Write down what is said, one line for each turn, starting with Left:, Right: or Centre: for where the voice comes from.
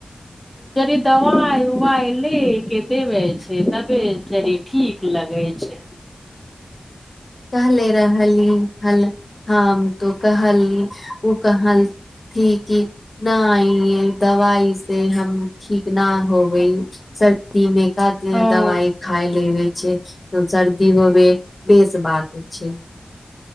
Centre: जदि दवाय उवाय ले के देेब छै तबेचरी ठीक लगै छै
Left: कहले रहली हल हम तो कहली ओ कहल ठीक कि नइे दवाइ से हम ठीक न हो सर्दी मे कते
Centre: ओ
Left: है दवाई खाय लेबइ सर्दी होबे बेस बात छै